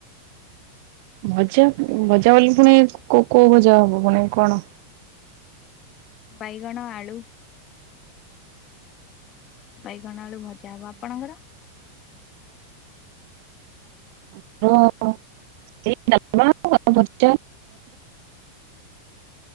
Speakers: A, on the right (about 45°); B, on the left (about 30°).
A: ଭଜା ଭଜା ବୋଲି ପୁଣି କୋଉ ଭଜା ହବ ପୁଣି କଣ।
B: ବାଇଗଣ ଆଳୁ। ବାଇଗଣ ଆଳୁ ଭଜା ହବ ଆପଣଙ୍କର।
A: <unintelligible>